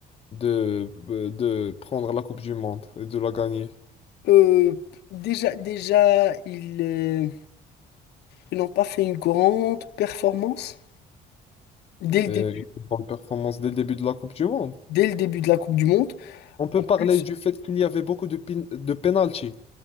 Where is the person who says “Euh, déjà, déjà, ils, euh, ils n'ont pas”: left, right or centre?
Left